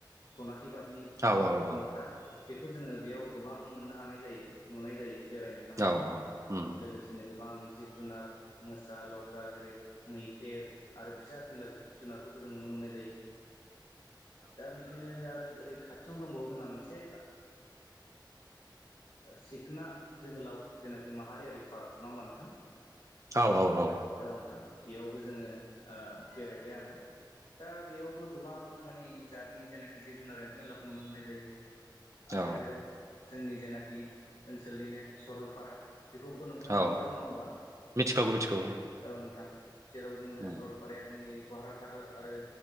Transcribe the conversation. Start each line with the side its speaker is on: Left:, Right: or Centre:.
Left: सनाथि गाबनि
Right: औ औ
Left: मोख्रा बेखौ जोङो बेयाव गोबां मोननो हानाय जायो। नुनाय जायो बेरायनो थांबा
Right: औ औ उम
Left: लोगोसेनो गोबां जिब जुनार मोसा लख्रा जेरै मैदेर आरो फिसा फिनला जिब जुनारफोरखौ जों नुनो मोननाय जायो। दा बिदि नो आरो ओरै खाथियावनो दंबावो जोंहा मोनसे सिखना जोहोलाव जेनाखि माहारियारि पार्क नङा होमबा नोंथां।
Right: औ औ औ।
Left: एवथां बेयावबो जोङो ओ बेरायबाय आङो दा बेयावबो गोबां मानि जातनि जेनाखि जिब जुनार एम्फौ एनलाखौ नुनो मोननाय जायो। आरो
Right: औ
Left: जोंनि जेनाखि ओनसोलनिनो सरलपारा बेखौबोथ' नोंथाङा
Right: औ
Left: मोन मिथिखागौ नङा होमबा
Right: मिथिखागौ मिथिगौ
Left: औ नोंथां। जेराव जोङो
Right: उम
Left: सरलपाराया जोंनि भारत हादर आरो